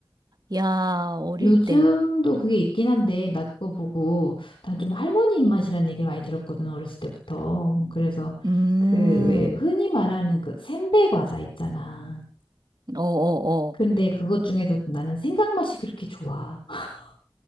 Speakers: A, on the right (about 50°); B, on the left (about 75°).
A: 야, 어릴
B: 요즘도
A: 때.
B: 그게 있긴 한데, 나 그거 보고, 난 좀 할머니 입맛이란 얘기를 많이 들었거든, 어렸을 때부터. 그래서,
A: 음.
B: 그, 왜, 흔히 말하는 그, 샌베 과자 있잖아.
A: 어, 어,
B: 근데
A: 어.
B: 그것 중에서도 나는 생강 맛이 그렇게 좋아. <laughs>